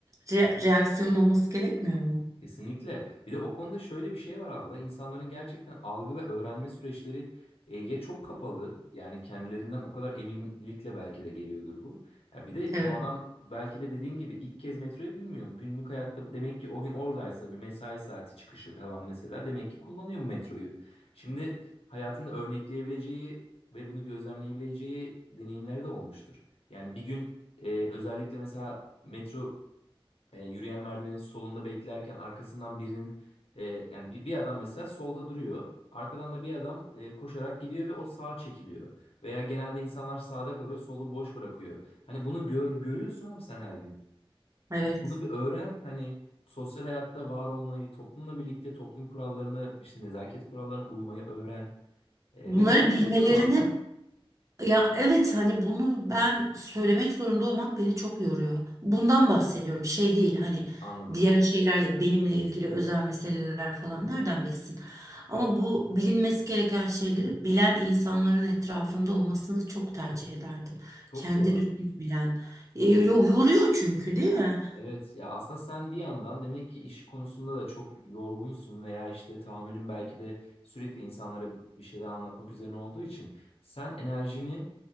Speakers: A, on the right; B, on the left.
A: re- reaksiyon olması gerekmiyor mu?
B: Kesinlikle. Bir de o konuda şöyle bir şey var abla. İnsanların gerçekten algı ve öğrenme süreçleri e, ya çok kapalı. Yani kendilerinden o kadar eminlikle belki de geliyordur bu. Ya bir de
A: Evet,
B: bu adam belki de dediğin gibi ilk kez metroyu bilmiyor. Günlük hayatta demek ki o gün oradaysa bir mesai saati çıkışı falan mesela demek ki kullanıyor bu metroyu. Şimdi hayatında örnekleyebileceği ve bunu gözlemleyebileceği deneyimleri de olmuştur. Yani bir gün e, özellikle mesela metro e, yürüyen merdivenin solunda beklerken arkasından birinin e, yani bir, bir adam mesela solda duruyor. Arkadan da bir adam e, koşarak gidiyor ve o sağa çekiliyor. Veya genelde insanlar sağda kalıyor, solu boş bırakıyor. Hani bunu gör görüyorsun abi sen her gün.
A: evet.
B: Yani bunu bir öğren hani sosyal hayatta var olmayı, toplumla birlikte toplum kurallarına, işte nezaket kurallarına uymayı öğren. E,
A: Bunları
B: ve beni
A: bilmelerini
B: unutturma.
A: Ya evet hani bunu ben söylemek zorunda olmak beni çok yoruyor. Bundan bahsediyorum. Şey değil hani
B: <laughs> Anladım.
A: diğer şeylerle benimle ilgili özel meseleler falan nereden bilsin. Ama bu bilinmesi gereken şeyleri bilen insanların etrafımda olmasını çok tercih ederdim.
B: Çok
A: Kendi
B: doğru.
A: düşünebilen. E, yo- Yoruyor çünkü değil mi?
B: Evet ya aslında sen bir yandan demek ki iş konusunda da çok yorgunsun veya işte tahammülün belki de sürekli insanlara bir şeyler anlatmak üzerine olduğu için sen enerjini